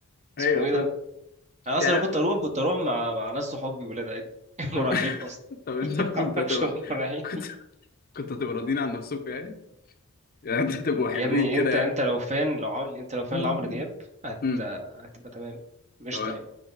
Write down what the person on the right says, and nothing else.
اسمه ايه
ده انا اصلا
لو كنت اروح كنت اروح مع مع ناس صحابي ولاد عادي <laughs>
مراهقين
اصلا
<laughs>
معرفش
هم مراهقين
يا ابني
انت انت
لو فان لو عمل انت لو فان
لعمرو دياب هت
هتبقى تمام مش
تاني